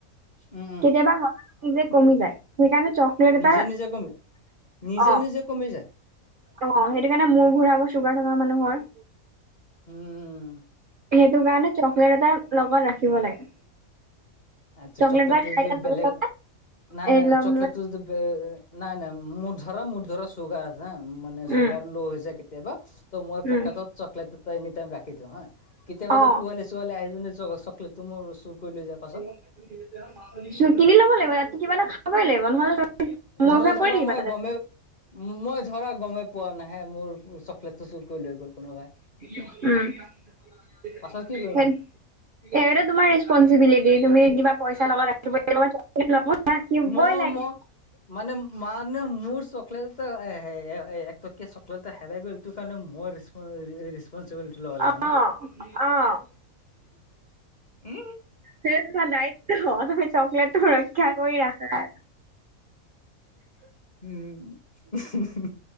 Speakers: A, on the left; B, on the right.
A: উম উম
B: কেতিয়াবা হঠাৎ নিজে কমি যায় সেইকাৰণে, চকলেট এটা
A: নিজে নিজে কমি নিজে
B: অ
A: নিজে কমি যায়।
B: অ সেইটো কাৰণ মোৰ ঘূৰাব চুগাৰ থকা মানুহৰ।
A: উম,
B: সেইটো কাৰণে চকলেট এটা লগত ৰাখিব লাগে।
A: আচ্ছা
B: চকলেট
A: চকলেটটো
B: এটা খাই
A: যদি
B: দিয়াৰ
A: বেলেগ
B: লগে লগে
A: না
B: এই
A: না নাই
B: লগ
A: চকলেট, <unintelligible> নাই নাই মোৰ ধৰা মোৰ ধৰা চুগাৰ আছে মানে চুগাৰ
B: উম
A: ল হৈ যায়। কেতিয়াবা ত মই
B: উম
A: পকাটো চকলেট এটা এনি টাইম ৰাখি থওঁ হা কেতিয়াবা
B: অ
A: পোৱালি, ছোৱালী আহি যদি চ চকলেটো মোৰ চুৰ কৰি লৈ যাব।
B: <unintelligible> কিনি ল'ব লাগিব ইয়াত কিবা এটা খাবই লাগিব নহ'লে মূৰ
A: ধৰা
B: ঘূৰাই
A: ধৰা
B: পৰি থাকিবা
A: মই
B: তাতে।
A: গমেই মই ধৰা গমেই পোৱা নাই মোৰ চকলেটটো চুৰ কৰি লৈ গ'ল কোনোবাই।
B: উম, <unintelligible>
A: পাছত কি কৰিম মই
B: সেইটো তোমাৰ ৰেচপনচচিবিলিটি তুমি কিবা পইচা লগত <unintelligible> ৰাখিবই
A: মই
B: লাগে।
A: মই মানে মানে মোৰ চকলেট এটা এক টকীয়া চকলেট এটা হেৰাই গ'ল এইটো কাৰণে মোৰ, ৰিছপন্সিবিলিটি লব লাগিব
B: অ',
A: না
B: অ'।
A: উ,
B: সেই তোমাৰ দায়িত্ব তুমি চকলেটো ৰক্ষা কৰি ৰাখাৰ।
A: উম হু হু